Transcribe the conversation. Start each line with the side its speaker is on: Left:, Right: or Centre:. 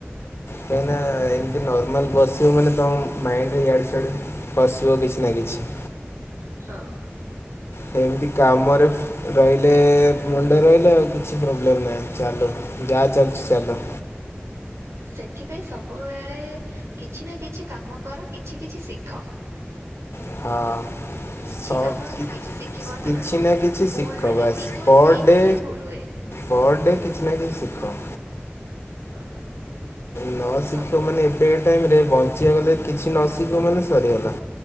Left: କାହିଁ ନା ଏମିତି ନର୍ମାଲ୍ ବସିବ ମାନେ ତମ ମାଇଣ୍ଡ ରେ ଇଆଡେ ସିଆଡେ ପଶିବ କିଛି ନାଁ କିଛି।
Right: ହଁ।
Left: ସେମିତି କାମରେ ରହିଲେ ମୁଣ୍ଡ ରହିଲେ ଆଉ କିଛି ପ୍ରୋବ୍ଲେମ୍ ନାହିଁ ଚାଲୁ ଯାହା ଚାଲିଛି ଚାଲୁ।
Right: ସେଥିପାଇଁ ସବୁବେଳେ କିଛି ନା କିଛି କାମ କର କିଛି କିଛି ଶିଖ।
Left: ହଁ।
Right: କିଛି
Left: ସ
Right: କାମରୁ
Left: କି
Right: ତ କିଛି ଶିଖିବ
Left: କିଛି ନା କିଛି
Right: ଭୁଲ
Left: ଶିଖ
Right: ରୁ ହିଁ
Left: ବାପ
Right: ଠିକ ହୁଏ
Left: ପର
Right: ଠିକ
Left: ଡେ
Right: ରୁ ହିଁ ଭୁଲ ହୁଏ
Left: ପର୍ ଡେ କିଛି ନା କିଛି ଶିଖ?
Right: ହଁ।
Left: ନ ଶିଖିବ
Right: ସବୁ
Left: ମାନେ
Right: ହୁଁ
Left: ଏବେକା ଟାଇମରେ ବଞ୍ଚିବା ଗଲେ କିଛି ନ ଶିଖିବ ମାନେ ସରିଗଲା।